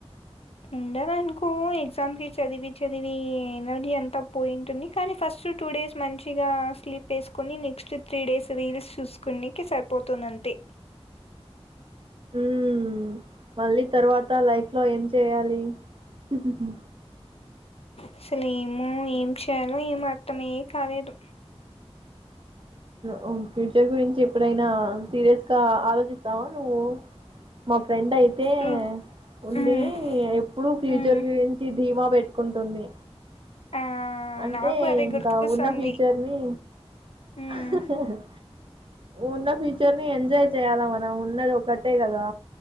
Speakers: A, on the left; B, on the right.
A: ఉండదనుకో ఎగ్జామ్కి చదివి చదివి ఎనది అంతా పోయింటుంది కానీ ఫస్ట్ టూ డేస్ మంచిగా స్లీప్ వేసుకొని నెక్స్ట్ త్రీ డేస్ రీల్స్ చూసుకునికి సరిపోతుంది అంతే
B: ఉమ్, మళ్ళీ తర్వాత లైఫ్ లో ఏం చేయాలి హు హు హు
A: అసలు ఏమో ఏం చేయాలో ఏం అర్థమే కాలేదు.
B: అవును ఫ్యూచర్ గురించి ఎప్పుడైనా సిరియస్ గా ఆలోచిస్ రావ నువ్వు మా ఫ్రెండ్ అయితే
A: హ్మ్.
B: ఉంది
A: హ్మ్.
B: ఎప్పుడు ఫ్యూచర్
A: హ్మ్.
B: గురించి ధీమా పెట్ కుంటుంది
A: ఆ!
B: అంటే
A: నాకు అదే
B: ఇంకా
A: గుర్తుకొస్తాంది.
B: ఉన్న ఫ్యూచర్ ని
A: హ్మ్.
B: హా హా హ ఉన్న ఫ్యూచర్ ని ఎంజాయ్ చెయ్యాలా మనం ఉన్నది ఒకటే కదా